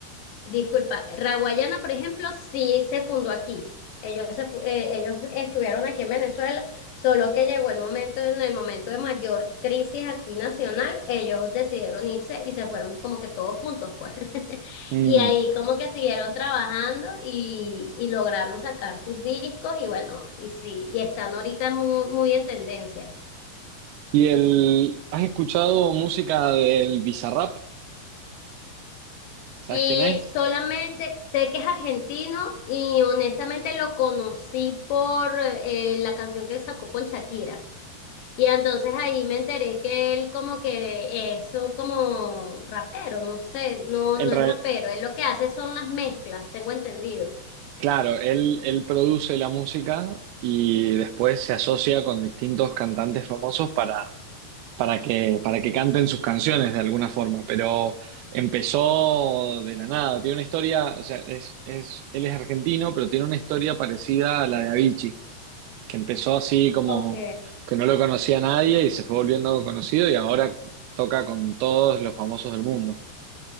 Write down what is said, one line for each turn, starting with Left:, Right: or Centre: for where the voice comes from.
Left: Disculpa, Raguayana, por ejemplo, sí se fundó aquí. Ellos, se fu- eh, ellos estuvieron aquí en Venezuela, solo que llegó el momento, en el momento de mayor crisis aquí nacional, ellos decidieron irse y se fueron como que todos juntos, pues. <laughs>
Right: mm.
Left: Y ahí como que siguieron trabajando y, y lograron sacar sus discos y bueno, y sí, y están ahorita muy, muy en tendencia.
Right: ¿Y el, has escuchado música del Bizarrap? ¿Sabes
Left: Eh,
Right: quién es?
Left: solamente sé que es argentino y honestamente lo conocí por eh, la canción que sacó con Shakira. Y entonces ahí me enteré que él como que es un como rapero, no sé, no,
Right: En
Left: no
Right: re-
Left: es rapero, él lo que hace son las mezclas, tengo entendido.
Right: claro, él, él produce la música y después se asocia con distintos cantantes famosos para que, para que canten sus canciones de alguna forma, pero empezó de la nada. Tiene una historia, o sea, es, es, él es argentino, pero tiene una historia parecida a la de Avicii, que empezó así como
Left: Ok.
Right: que no lo conocía nadie y se fue volviendo conocido y ahora toca con todos los famosos del mundo.